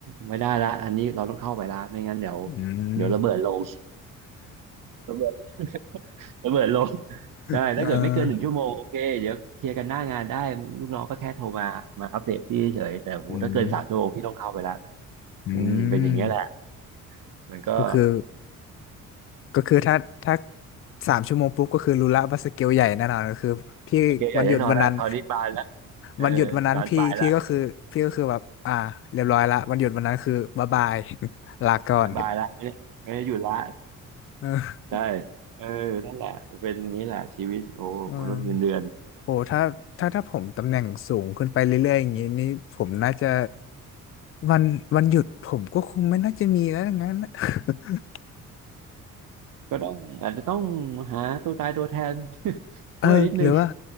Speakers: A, on the right (about 50°); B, on the left (about 35°).
A: ไม่ได้ละอันนี้เราต้องเข้าไปละไม่งั้นเดี๋ยว
B: อื
A: เดี๋ยวระเบิดลง
B: ม
A: ระเบิด <laughs> ระเบิดลง
B: <laughs>
A: ได้ถ้าเกิดไม่เกินหนึ่งชั่วโมงโอเคเดี๋ยวเคลียร์กันหน้างานได้ลูกน้องก็แค่โทรมามาอัปเดตพี่เฉยแต่โหถ้าเกินสามชั่วโมงพี่ต้องเข้าไปละ
B: เอ่าออืมอืม
A: อืมเป็นอย่างเงี้ยแหละมันก็
B: ก็คือ ก็คือถ้าถ้าสามชั่วโมงปุ๊บก็คือรู้ละว่าสเกลใหญ่แน่นอนก็คือพี่วันหยุดวันนั้น
A: <laughs> โอเคใหญ่ได้นอนแล้วคราวนี้บานแล้วเออบานปลายละ
B: วันหยุดวันนั้นพี่พี่ก็คือพี่ก็คือแบบอ่าเรียบร้อยละวันหยุดวันนั้นคือบ๊ายบาย <laughs> ลาก่อน
A: บานปลายละไม่ได้ไม่ได้หยุดละ
B: เออ
A: ใช่เออนั่นแหละเป็นอย่างนี้แหละชีวิตโอ้มนุษย์เงินเดือน
B: เออ โอ้ถ้าถ้าถ้าผมตำแหน่งสูงขึ้นไปเรื่อยๆอย่างนี้นี่ผมน่าจะวันวันหยุดผมก็คงไม่น่าจะมีแล้วงั้นนะ <laughs>
A: ก็ต้องอาจจะต้องหาตัวตายตัวแทน <laughs>
B: เออหรือว่า
A: ช่วยนิดนึง